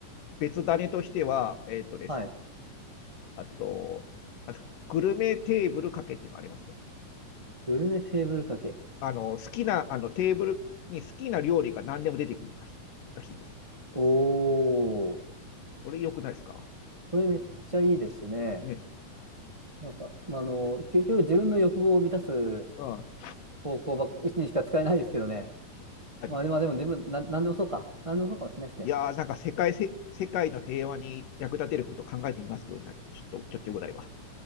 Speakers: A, on the left; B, on the right.
A: 別種としては、えっとですね、
B: はい。
A: あと、あとグルメテーブルかけっていうのがありますよ。
B: グルメテーブル掛け。
A: あの、好きな、あの、テーブルに好きな料理が何でも出てくるらしいらしいんですよ。
B: おー。
A: それ良くないですか
B: これめっちゃいいですね。
A: ね。
B: なんか、まあ、あの、結局自分の欲望を満たす
A: うん。
B: 方向ばっにしか使えないですけどね。
A: 確かに
B: まあでも、でも、でも、な、なんでもそうか。なんでもそうかもしれないですね。
A: いやー、なんか世界せ、世界の平和に役立てること考えてみますなちょっと、ちょっとぐらいは。